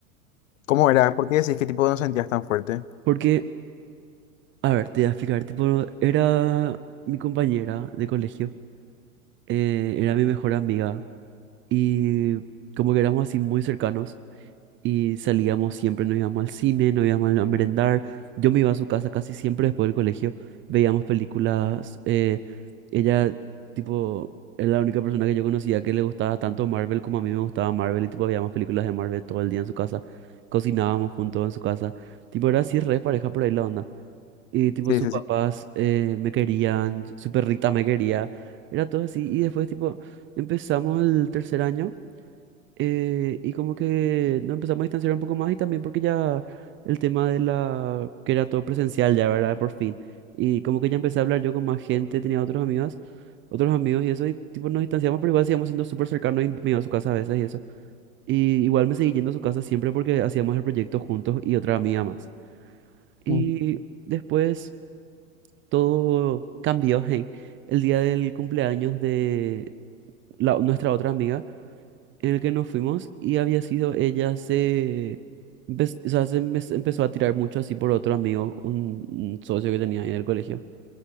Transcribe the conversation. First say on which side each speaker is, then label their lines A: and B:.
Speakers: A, on the left; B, on the right.
A: ¿Cómo era? ¿Por qué decís que tipo no sentías tan fuerte?
B: Porque, a ver, te voy a explicar, tipo, era mi compañera de colegio, eh, era mi mejor amiga y como que éramos así muy cercanos. y salíamos siempre, nos íbamos al cine, nos íbamos a merendar. Yo me iba a su casa casi siempre después del colegio, veíamos películas. eh, ella, tipo, era la única persona que yo conocía que le gustaba tanto Marvel como a mí me gustaba Marvel y, tipo, veíamos películas de Marvel todo el día en su casa. Cocinábamos juntos en su casa. Tipo, era así re pareja por ahí la onda. Y, tipo,
A: Sí,
B: sus
A: sí,
B: papás
A: sí. Sí.
B: eh, me querían, su perrita me quería. Era todo así. Y después, tipo, empezamos el tercer año. Eh, y como que nos empezamos a distanciar un poco más y también porque ya el tema de la, que era todo presencial ya, ¿verdad? Por fin. Y como que ya empecé a hablar yo con más gente, tenía otros amigos, otros amigos y eso, y tipo nos distanciamos, pero igual seguíamos siendo súper cercanos y me iba a su casa a veces y eso. Y igual me seguí yendo a su casa siempre porque hacíamos el proyecto juntos y otra amiga más. Y
A: Ujú.
B: después todo cambió, <laughs> hey, el día del cumpleaños de la, nuestra otra amiga en el que nos fuimos y había sido ella se, empe- o sea, se me- se empezó a tirar mucho así por otro amigo, un, un socio que tenía ahí en el colegio.